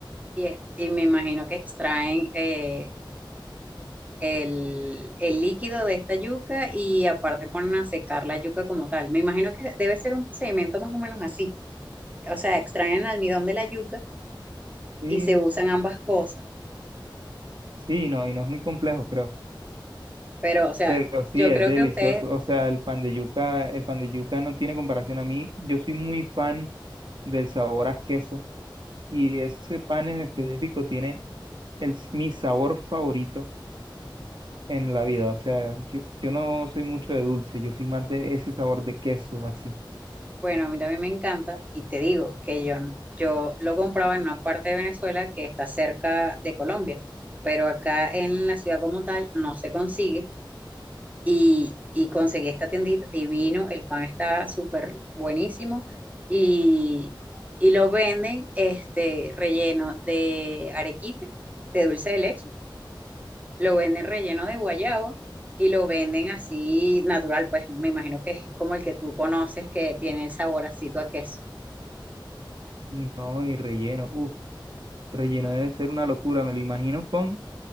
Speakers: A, on the right; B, on the right.
A: y, es- y me imagino que extraen eh, el, el líquido de esta yuca y aparte ponen a secar la yuca como tal. Me imagino que debe ser un procedimiento más o menos así. O sea, extraen el almidón de la yuca
B: Sí,
A: y se usan ambas cosas.
B: sí, no, y no es muy complejo, creo.
A: Pero, o sea,
B: Pero sí,
A: yo
B: es
A: creo
B: delicioso.
A: que ustedes,
B: O sea, el pan de yuca, el pan de yuca no tiene comparación a mí. Yo soy muy fan del sabor a queso y ese pan en específico tiene el, mi sabor favorito en la vida. O sea, yo, yo no soy mucho de dulce, yo soy más de ese sabor de queso, así.
A: bueno, a mí también me encanta y te digo que yo, yo lo compraba en una parte de Venezuela que está cerca de Colombia, pero acá en la ciudad como tal no se consigue. y, y conseguí esta tiendita divino, el pan está súper buenísimo y, y lo venden este relleno de arequipe, de dulce de leche, lo venden relleno de guayaba y lo venden así natural, pues me imagino que es como el que tú conoces que tiene el saborcito a queso,
B: No, y relleno. Uf. Relleno debe ser una locura, me lo imagino con,